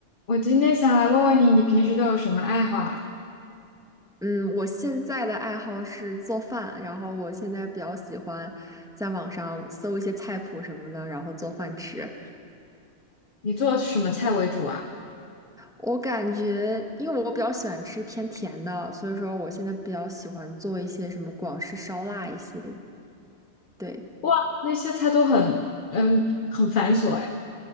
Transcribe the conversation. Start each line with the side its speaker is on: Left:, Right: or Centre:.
Left: 我今天想来问问你，你平时都有什么爱好啊？
Centre: 嗯，我现在的爱好是做饭，然后我现在比较喜欢在网上搜一些菜谱什么的，然后做饭吃。
Left: 你做什么菜为主啊？
Centre: 我感觉，因为我比较喜欢吃偏甜的，所以说我现在比较喜欢做一些什么广式烧腊一些。对，
Left: 哇，那些菜都很，嗯，很繁琐哎。